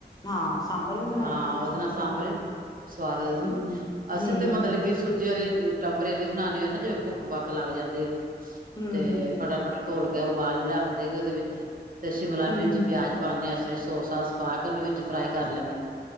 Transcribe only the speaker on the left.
ਹਾਂ ਸਾਂਬਰ ਵੀ ਬਣਾਈ
ਦਾ ਮੈਂ
ਬਣਾਣੀ
ਆ
ਹੂੰ
ਹੂੰ
ਹੂੰ
ਹੂੰ
ਹੂੰ
ਹੂੰ।